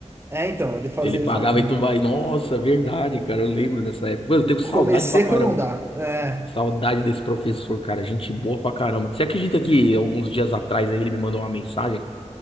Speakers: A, on the right; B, on the left.
A: É, então, ele fazia,
B: Ele pagava
A: ele falava, né,
B: e tu vai. Nossa, verdade, cara, eu lembro dessa época. Mano, Eu tenho saudade
A: comecei
B: pra caramba.
A: quando não dá. É,
B: Saudade desse professor, cara. Gente boa pra caramba. Você acredita que alguns dias atrás aí ele me mandou uma mensagem?